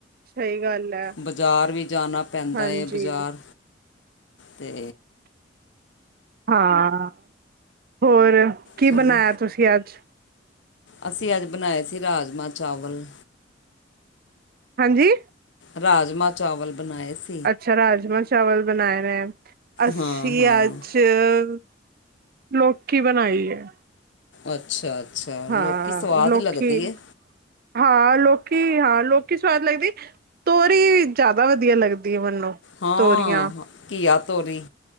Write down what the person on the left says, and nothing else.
ਬਜਾਰ ਵੀ ਜਾਨਾ ਪੈਂਦਾ
ਏ ਬਜਾਰ, ਤੇ
ਚਲੋ
ਅਸੀਂ ਅੱਜ ਬਨਾਏ ਸੀ ਰਾਜਮਾਂ-ਚਾਵਲ।
ਰਾਜਮਾ-ਚਾਵਲ ਬਨਾਏ ਸੀ
ਹਾਂ ਹਾਂ
ਅੱਛਾ-ਅੱਛਾ,
ਲੋਕੀ ਸਵਾਦ
ਲੱਗਦੀ ਏ।
ਹਾਂ,
ਘੀਆ ਤੋਰੀ